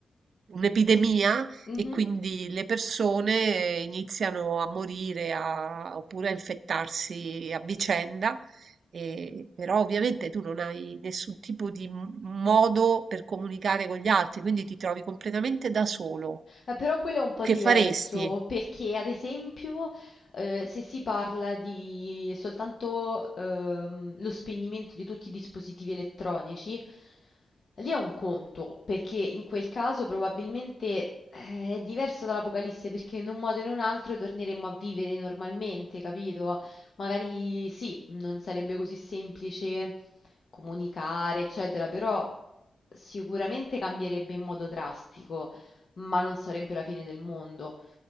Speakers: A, on the right; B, on the left.
A: un'epidemia
B: Mhm.
A: e quindi le persone eh, iniziano a morire a- oppure a infettarsi a vicenda. E, però ovviamente tu non hai nessun tipo di m- modo per comunicare con gli altri, quindi ti trovi completamente da solo.
B: Eh, però quello è un po'
A: Che
B: diverso
A: faresti?
B: perché, ad esempio, eh, se si parla di soltanto ehm, lo spegnimento di tutti i dispositivi elettronici, lì è un conto, perché in quel caso probabilmente eh, è diverso dall'Apocalisse, perché in un modo o in un altro torneremmo a vivere normalmente, capito? Magari sì, non sarebbe così semplice comunicare, eccetera, però sicuramente cambierebbe in modo drastico ma non sarebbe la fine del mondo.